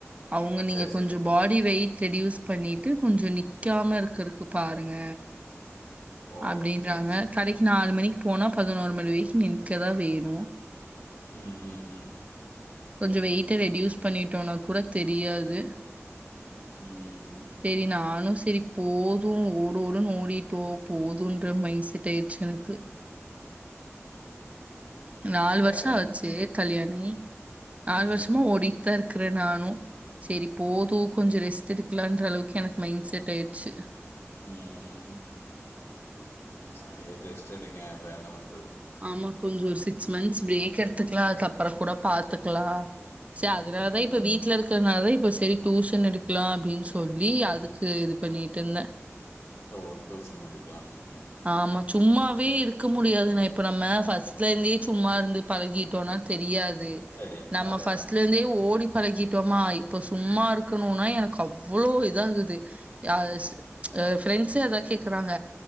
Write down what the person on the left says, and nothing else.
சரி
சரி
ஓ
சரி சரி
ம் ம் ம்
ம்
வேற
என்
ம்
ம் சேரி ரெஸ்ட் எடுங்க வேற என்ன பண்
ம்
ஓ டூஷன் எடுக்கலாண்ட்டு
சரி
அதுதான்